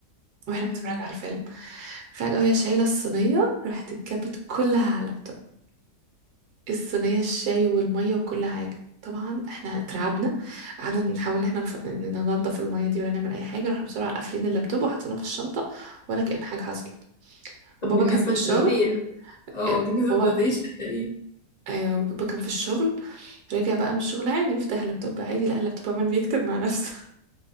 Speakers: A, on the right; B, on the left.
A: واحنا
B: أمم.
A: بنتفرج على الفيلم فجأة وهي شايلة الصينية راحت اتكبت كلها على اللابتوب الصينية الشاي والمية وكل حاجة طبعا احنا اترعبنا قعدنا نحاول ان احنا نف- ن- ننضف المية دي ولا نعمل اي حاجة رحنا بسرعة قافلين اللابتوب وحطيناه في الشنطة ولا كأن حاجة حصلت
B: طب
A: وبابا
B: بالنسبه
A: كان في الشغل
B: لتلزيق ال- اه
A: إيه،
B: بالنسبه
A: بابا
B: لتلزيق الشقه
A: ايوه بابا كان في الشغل رجع بقى من الشغل عادي بيفتح اللابتوب عادي لقى اللابتوب عمال بيكتب مع نفسه